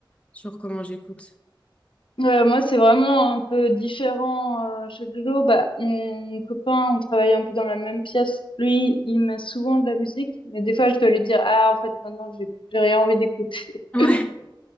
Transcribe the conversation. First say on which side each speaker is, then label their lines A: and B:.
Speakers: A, on the left (about 15°); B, on the left (about 85°).
A: sur comment j'écoute.
B: Ouais, moi c'est vraiment un peu différent euh, chaque jour. Bah, mon, mon copain, on travaille un peu dans la même pièce. Lui, il met souvent de la musique, mais des fois je dois lui dire, ah, en fait, maintenant j'ai j'ai rien envie d'écouter.
A: Ouais,
B: <laughs>